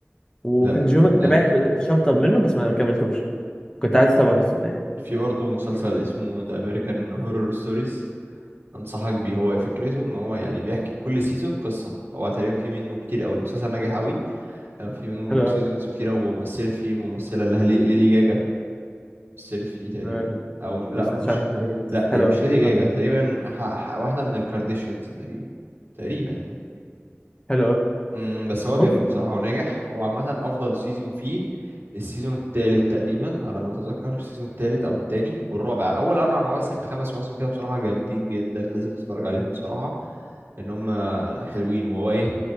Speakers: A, on the left; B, on the right.
A: وكونجومنج
B: لا فنان
A: تابعت شابتر منه بس ما كملتوش كنت عايز اتابعه لسه تاني
B: في برضه مسلسل اسمه ذا امريكان هورور ستوريز انصحك بيه هو فكرته ان هو يعني بيحكي كل سيزون قصة هو تقريبا في منه كتير قوي المسلسل ناجح قوي آه، في منه
A: حلو
B: سيزونز
A: قوي
B: كتيرة ومثلت فيه ممثلة اللي هي ليدي جاجا مثلت فيه تقريبا
A: آه،
B: أو م-
A: ما
B: لا
A: سمعتش
B: مش
A: عنها تقريباً، بس
B: لا
A: حلو
B: هي
A: قوي
B: مش
A: ممكن
B: ليدي
A: اتابعه
B: جاجا تقريبا ح... ح... واحدة من الكارديشيانز تقريبا تقريبا يعني
A: حلو قوي
B: مم، بس هو
A: طب بص
B: جامد بصراحة وناجح هو عامة أفضل سيزون فيه السيزون التالت تقريبا على ما أتذكر السيزون التالت أو التاني والرابع أول أربع مواسم خمس مواسم كده بصراحة جامدين جدا لازم تتفرج عليهم بصراحة لأن هم حلوين وهو إيه